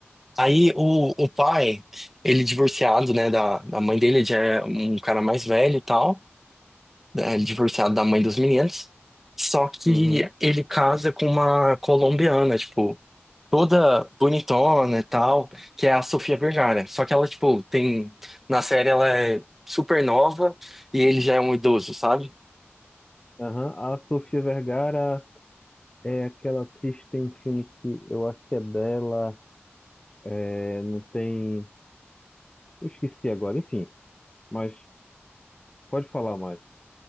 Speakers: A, in the centre; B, on the left.
A: Aí, o, o pai, ele divorciado, né, da, da mãe dele, ele já é um cara mais velho e tal, né, ele divorciado da mãe dos meninos. Só que
B: aham,
A: ele casa com uma colombiana, tipo. toda bonitona e tal, que é a Sofia Vergara. Só que ela, tipo, tem. Na série ela é super nova e ele já é um idoso, sabe?
B: aham. A Sofia Vergara é aquela atriz que tem um filme que eu acho que é dela, é, não tem... Eu esqueci agora, enfim. Mas pode falar mais.